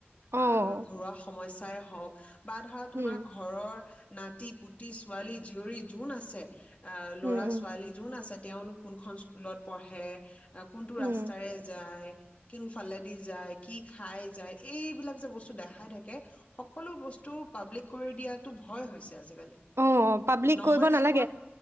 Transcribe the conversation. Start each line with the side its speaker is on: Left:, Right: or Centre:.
Right: অঁ
Left: অ' ঘৰুৱা সমস্যা চাই হওক বা ধৰা তোমাৰ
Right: উম
Left: ঘৰৰ নাতি পুতি ছোৱালী জীয়ৰী যোন আছে অ' ল'ৰা
Right: উম উম
Left: ছোৱালী যোন আছে তেওঁলোক কোনখন স্কুলত পঢ়ে কোনটো
Right: উম
Left: ৰাস্তাৰে যায় কোনফালেদি যায় কি খাই যায় এইবিলাক যে বস্তু দেখাই থাকে সকলো বস্তু পাব্লিক কৰি দিয়াতো ভয় হৈছে। আজিকালি
Right: অ' পাব্লিক
Left: নহয়
Right: কৰিব
Left: নে
Right: নালাগে
Left: কোৱা